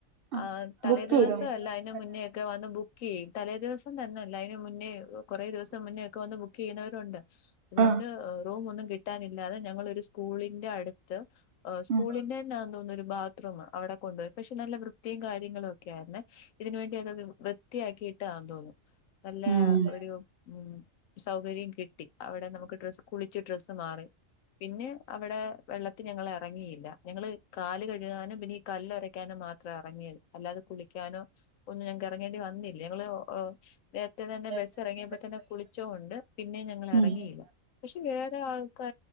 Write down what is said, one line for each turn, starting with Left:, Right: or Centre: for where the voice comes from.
Right: ആ,
Left: ആഹ് തലേ
Right: ബുക്ക്
Left: ദിവസം
Right: ചെയ്തോ ദിവസമല്ല,
Left: അല്ല അയിന്
Right: അതിന്
Left: മുന്നേ ഒക്കെ വന്ന് ബു ക്ക് ചെയ്യും തലേ ദിവസം തന്നല്ല അയിന് മുന്നേ കൊറെ ദിവസം മുന്നേ ഒക്കെ വന്ന് ബു കീനവരും ഒണ്ട്
Right: വന്ന്
Left: അതുകൊണ്ട്
Right: ആ
Left: റൂം ഒന്നും കിട്ടാനില്ലാതെ ഞങ്ങൾ ഒരു സ്കൂളിന്റെ അടുത്ത് ഓ സ്കൂളിന്റെന്നാ
Right: ഉം
Left: തോന്ന്ന്നൊരു ബാത്രൂം അവിടെ കൊണ്ടുപോയി പക്ഷെ നല്ല വൃത്തിയും കാര്യങ്ങളും ഒക്കെ ആർന്നെ ഇതിനുവേണ്ടി ഒക്കെ വൃത്തിയാക്കി ഇട്ടആന്ന് തോന്നു നല്ല
Right: ഉം പിന്നെ
Left: ഒരു ഉം സൗകര്യം കിട്ടി അവിടെ നമ്മക് ഡ്രസ്സ്‌ കുളിച് ഡ്രസ്സ്‌ മാറി പിന്നെ അവിടെ വെള്ളത്തി ഞങ്ങൾ എറങ്ങിയില്ലാ ഞങ്ങള് കാലുകഴ്കാനും പിന്നെ ഈ കല്ലൊരക്കാനും മാത്രാ എറങ്ങിയത് അല്ലാതെ കുളിക്കാനോ ഒന്നും ഞങ്ങക്ക് ഇറങ്ങേണ്ടി വന്നി ന്നില്ല ഞങ്ങൾ ഓ നേരത്തെ തന്നെ
Right: ഡെസ്ക്
Left: ബസ് എറങ്ങിയപ്പോ തന്നെ
Right: തുടങ്ങി.
Left: കുളിച്ചോണ്ട് പിന്നെ ഞങ്ങൾ എറങ്ങീല
Right: ഉം. പിന്നെ
Left: പക്ഷെ വേറെ ആൾക്കാ